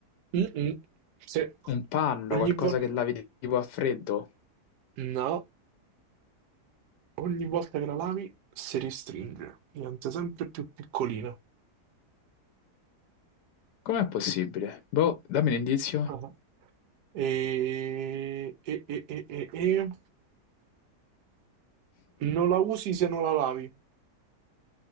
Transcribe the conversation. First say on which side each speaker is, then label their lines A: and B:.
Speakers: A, on the right; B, on the left.
A: Mm-mm. Se
B: Un panno,
A: ogni
B: qualcosa
A: volta...
B: che lavi tipo a freddo.
A: No, ogni volta che la lavi si restringe. Diventa sempre più piccolina.
B: Com'è possibile? Boh, dammi un indizio.
A: Ah. E... E, e, e, e, e... Non la usi se non la lavi.